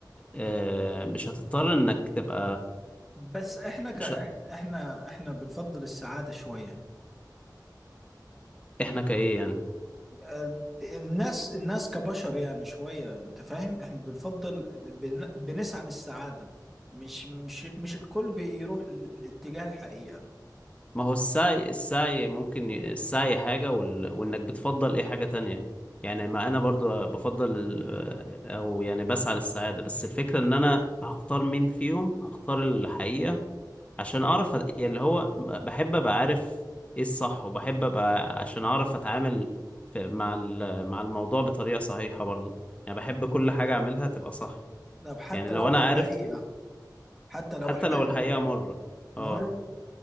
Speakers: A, on the left; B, in the centre.
A: آه، مش هتضطر انك تبقى
B: بس احنا ك...
A: مش
B: احنا
A: ه-
B: احنا بنفضل السعادة شوية
A: احنا كايه يعني
B: آه، الناس الناس كبشر يعني شوية انت فاهم احنا بنفضل بن- بنسعى للسعادة مش مش مش الكل بيروح لاتجاه الحقيقة
A: ما هو السعي السعي ممكن ي- السعي حاجة وال... وانك بتفضل ايه حاجة تانية يعني ما انا برضو بفضل ال- آه، او يعني بسعى للسعادة بس الفكرة ان انا هختار مين فيهم هختار الحقيقة عشان اعرف أ- يعني اللي هو ب- بحب ابقى عارف ايه الصح وبحب ابقى عشان اعرف اتعامل في... مع ال... مع الموضوع بطريقة صحيحة برضو يعني بحب كل حاجة اعملها تبقى صح
B: طب حتى
A: يعني لو
B: لو
A: انا
B: الحقيقة
A: عارف
B: حتى لو
A: حتى
B: الحقيقة
A: لو الحقيقة مرة
B: مر
A: اه